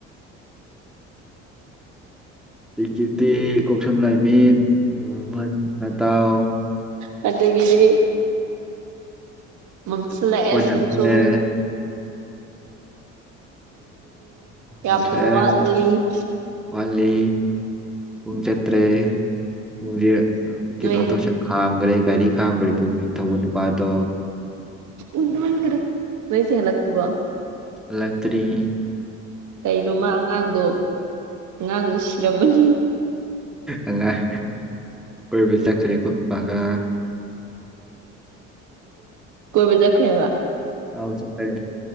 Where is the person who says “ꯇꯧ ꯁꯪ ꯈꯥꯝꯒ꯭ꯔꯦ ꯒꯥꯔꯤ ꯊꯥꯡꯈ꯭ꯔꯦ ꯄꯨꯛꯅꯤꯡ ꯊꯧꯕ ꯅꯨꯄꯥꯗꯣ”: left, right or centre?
Centre